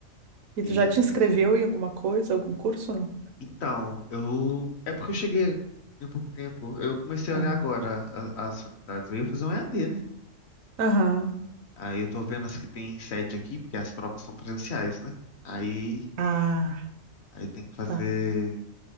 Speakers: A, on the right; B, on the left.
A: E
B: E
A: tu já te inscreveu em alguma coisa, algum curso, não?
B: então, eu é porque eu cheguei em pouco tempo. Eu comecei a
A: Aham.
B: olhar agora a- as faculdades. Eu ia fazer um EAD, né?
A: Aham.
B: Aí eu tô vendo as que tem sede aqui, porque as provas são presenciais, né? Aí,
A: Ah,
B: aí tem que fazer,
A: tá.